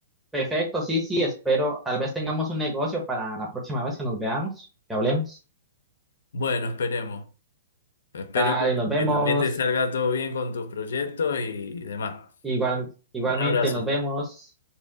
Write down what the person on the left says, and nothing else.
Bueno, esperemos. Espero
que
que también te salga todo bien con tus proyectos y demás.
Un abrazo.